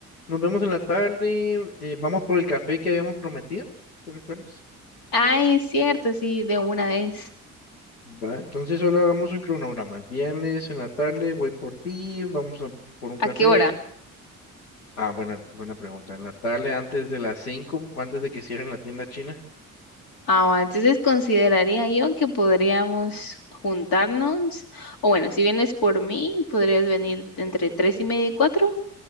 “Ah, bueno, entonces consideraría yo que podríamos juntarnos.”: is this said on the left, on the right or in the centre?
Left